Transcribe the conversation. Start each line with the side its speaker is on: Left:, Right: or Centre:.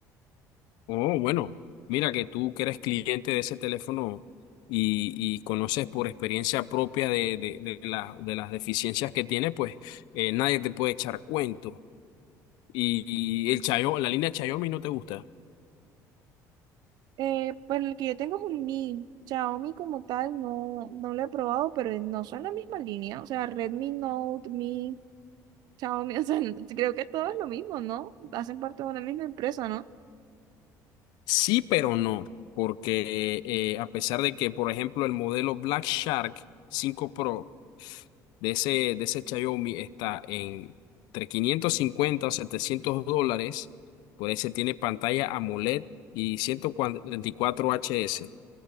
Left: Oh, bueno, mira que tú que eres cliente de ese teléfono y, y conoces por experiencia propia de, de, de la- de las deficiencias que tiene, pues eh, nadie te puede echar cuento. Y, y el Chayo, la línea Xiaomi no te gusta.
Right: Eh, pues el que yo tengo es un Mi. Xiaomi como tal no, no lo he probado, pero no son la misma línea. O sea, Redmi Note, Mi, Xiaomi, <laughs> o sea, creo que todo es lo mismo, ¿no? Hacen parte de una misma empresa, ¿no?
Left: Sí, pero no, porque eh, a pesar de que, por ejemplo, el modelo Black Shark 5 Pro de ese, de ese Xiaomi está en entre 550 a 700 dólares, por ese tiene pantalla AMOLED y 144 HS.